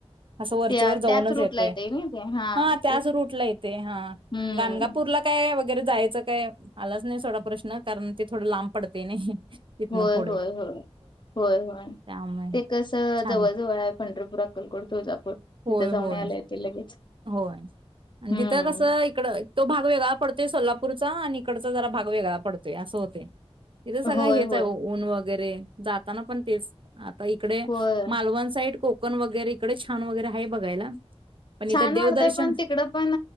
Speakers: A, on the right (about 55°); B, on the left (about 45°).
A: असं वरचेवर
B: त्या
A: जाऊनच
B: त्याच रूटला
A: येतोय
B: येतय ना ते
A: हा त्याच
B: ते
A: रूट ला येते हा
B: हम्म
A: गणगापूरला काय वगैरे जायचं काय आलाच नाही सोडा प्रश्न कारण ते थोडं लांब पडतय नाही. तिथनं
B: होय
A: पुढे
B: होय होय होय होय
A: त्यामुळे
B: ते कस
A: छान
B: जवळजवळ आहे. पंढरपुर, अकलकोट, तुळजा पुर
A: होय
B: तिथं जाऊण
A: होय
B: यायला येतय लगेच.
A: होय आणि
B: हम्म
A: तिथं कसं इकड तो भाग वेगळा पडतोय सोलापूरचा हा निकडचा जरा भाग वेगळा पडतोय असं होतय. तिथे सगळं
B: होय
A: हेच
B: होय
A: आहे ऊन वगैरे जाता ना पण तेच आता इकडे
B: होय
A: मालवण साईड कोक कोकन वगैरे इकडे छान वगैरे आहे बघायला. पण इथं
B: छान
A: देवदर्शन
B: वाढतय पण तिकडं पण